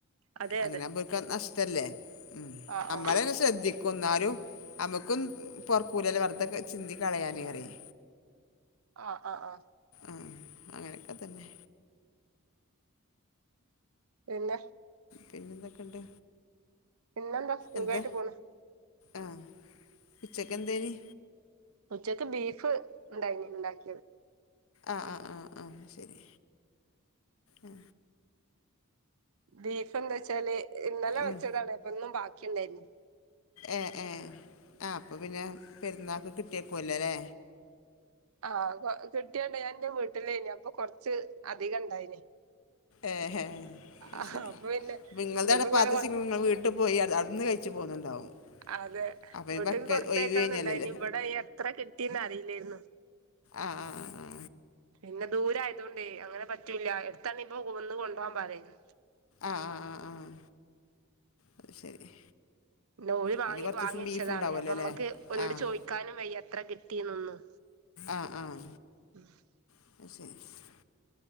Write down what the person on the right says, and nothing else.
അതെ
അതെ
ആഹ്
ആഹ്
ആഹ് ആഹ് ആഹ്
പിന്നെ
പിന്നെന്താ സുഖായിട്ട്
പോണ്
ഉച്ചക്ക് ബീഫ് ഉണ്ടായിനി ഉണ്ടാക്കിയത്.
ബീഫെന്ത് വെച്ചാല് ഇന്നലെ
വെച്ചതാണ് ഇപ്പൊന്നും ബാക്കിയിണ്ടായിരുന്നു.
ആഹ് കിട്ടിയണ്ട് ഞാനെന്റെ വീട്ടിലനി അപ്പൊ കൊറച്ച് അധികയിണ്ടായിന്.
ആഹ്
അപ്പൊ പിന്നെ
ഇനിപ്പോ
ഇങ്ങനെ
കൊ
അതെ
വീട്ടേക്ക്
കൊടുത്തായാക്കണോന്നിനിണ്ടായിനി
ഇവിടെ എത്ര കിട്ടിന്ന് അറിയില്ലായിരുനു
പിന്നെ ദൂരായത് കൊണ്ടേ അങ്ങനെ പറ്റൂല്ല എടുത്തണ ഇപ്പൊന്ന് കൊണ്ടുപോവാൻ പറയും.
ല്ല ഓര് വാങ്ങി
വാങ്ങി
വെച്ചതാണ്
അപ്പ
മ്മക്ക് ഓരോട്
ചോദിക്കാനും വയ്യ എത്ര കിട്ടിന്നൊന്നും
<inaudible>